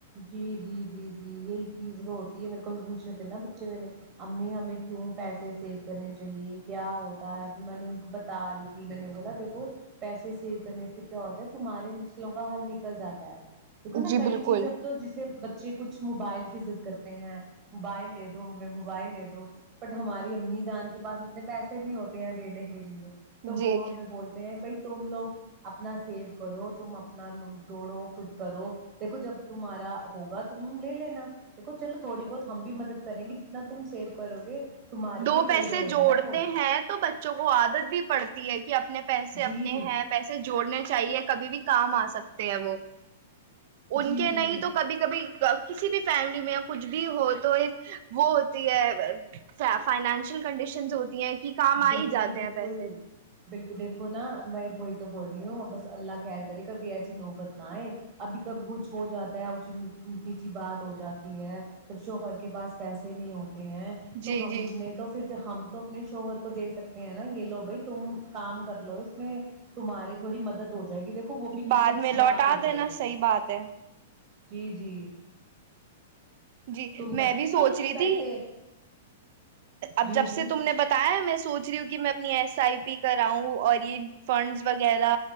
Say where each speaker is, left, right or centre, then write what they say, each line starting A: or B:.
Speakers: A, on the right; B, on the right.
A: جی جی جی جی یہی چیز جو ہوتی ہے میرے کو بھی پوچھ رہے تھے نا بچے میرے امی ہمیں کیوں پیسے سیو کرنے چاہیے کیا ہوتا ہے پھر میں نے ان کو بتا رہی تھی میں نے بولا دیکھو پیسے سیو کرنے سے کیا ہوتا ہے تمہارے مسئلوں کا حل نکل جاتا ہے دیکھو نا
B: جی
A: کئی
B: بالکل
A: چیزیں جسے بچے کچھ موبائل کی ضد کرتے ہیں موبائل لے دو ہمیں موبائل لے دو بٹ ہماری امی جان کے پاس اتنے پیسے نہیں ہوتے ہیں دینے کے لیے تو
B: جی
A: وہ ہمیں بولتے ہیں بھائی تم لوگ اپنا سیو کرو تم اپناوگ جوڑو خود کرو دیکھو جب تمہارا ہوگا تم لے لینا دیکھو چلو تھوڑی بہت ہم بھی مدد کریں گے جتنا تم سیو کرو گے تمہارے
B: دو
A: لیے
B: پیسے
A: صحیح رہے
B: جوڑتے
A: گا نا وہ
B: ہیں تو بچوں کو عادت بھی پڑتی ہے کہ اپنے پیسے اپنے
A: جی
B: ہیں پیسے جوڑنے چاہیے کہ کبھی بھی کام آ سکتے ہیں وہ ان
A: جی
B: کے
A: جی
B: نہیں تو کبھی کبھی کسی بھی فیملی میں یا کچھ بھی ہو تو ایک وہ ہوتی ہے فائنانشیل کنڈیشنز ہوتی ہیں کہ کام آ
A: بالکل
B: ہی جاتے
A: بالکل
B: ہیں پیسے
A: بالکل دیکھو نا میں وہی تو بول رہی ہوں بس اللہ کیئر کرے کبھی ایسی نوبت نہئے ابھی کبھی کچھ ہو جاتا ہے اونچی چیچی بات ہو جاتی ہے جب شوہر کے پاس پیسے نہیں ہوتے ہیں تو
B: جی
A: ہم
B: جی
A: نے تو پھر ہم تو اپنے دے سکتے ہیں نا یہ لو بھائی تم کام کر لو اس میں تمہارے تھوڑی مدد ہو جائے گی دیکھو وہ بھی کتنی
B: بعد
A: اچھی
B: میں لوٹا
A: بات ہو
B: دینا
A: جائے گی
B: صحیح بات ہے
A: جی جی
B: جی
A: تم کرتی
B: میں بھی سوچ
A: ہو
B: رہی
A: پیسے
B: تھی اب
A: جی
B: جب
A: جی
B: سے تم نے بتایا میں سوچ رہی ہوں کہ میں اپنی ایس آئی پی کراؤں اور یہ فنڈس وغیرہ